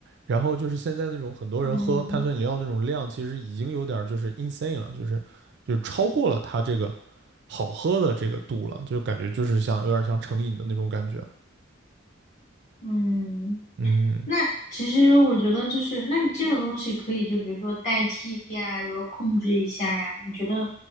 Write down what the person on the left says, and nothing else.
嗯
嗯。
那其实我觉得就是，那你这种东西可以就比如说代替呀，比如说控制一下呀，你觉得